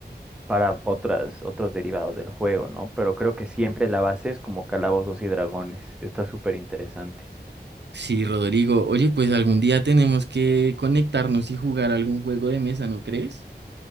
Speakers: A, in the centre; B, on the right (about 80°).
A: para otras, otros derivados del juego, ¿no? Pero creo que siempre la base es como calabozos y dragones. Está súper interesante.
B: Sí, Rodrigo, oye, pues algún día tenemos que conectarnos y jugar algún juego de mesa, ¿no crees?